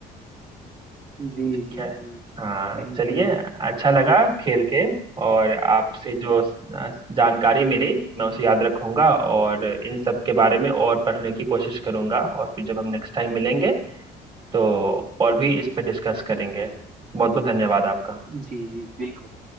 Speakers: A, on the right (about 50°); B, on the right (about 30°).
A: जी
B: ठीक
A: जी
B: है
A: जी
B: हाँ
A: Thank
B: चलिए
A: you
B: अच्छा लगा खेल के और आपसे जो अ, जानकारी मिली मैं उसे याद रखूंगा और इन सब के बारे में और पढ़ने की कोशिश करूंगा और फिर जब हम नेक्स्ट टाइम मिलेंगे तो और भी इस पर डिस्कस करेंगे बहुत बहुत धन्यवाद आपका
A: जी जी बिल्कुल